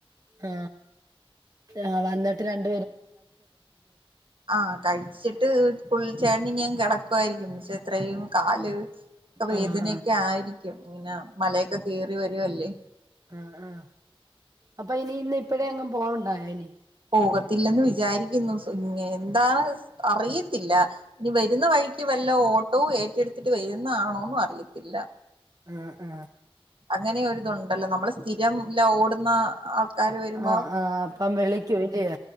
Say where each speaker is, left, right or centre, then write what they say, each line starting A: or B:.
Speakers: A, on the right; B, on the right.
A: ആ ആ വന്നിട്ട് രണ്ട്
B: ആ കഴിച്ചിട്ട് പുള്ളി ച്ചേ <unintelligible> കിടക്കുമായിരിക്കും പക്ഷ ഇത്രയും കാല് ഒക്കെ വേദനയൊക്കെ
A: ആഹ്
B: ആയിരിക്കും ഇങ്ങനെ മലയൊക്കെ കേറി വരുവല്ലേ
A: ആ ആ അപ്പൊ ഇനി ഇന്ന് ഇപ്പഴേ എ ങ്ങ് പോവാനണ്ടായോ ഇനി
B: പോകത്തില്ലെന്ന് വിചാരിക്കുന്നു എന്താണ് അറിയത്തില്ല ഇനി വരുന്ന വഴിക്ക് വല്ല ഓട്ടോവും ഏറ്റെടുത്തിട്ട് വരുന്നാണോന്നും അറിയത്തില്ല
A: ആ ആ
B: അങ്ങനെയൊ ഒരുരിതുണ്ടല്ലോ നമ്മൾ സ്ഥിരം ഇല്ല ഓടുന്ന കാര് വരുമ്പോ
A: ആഹ് ആഹ് അപ്പം വിളിക്കും ഇല്ലിയോ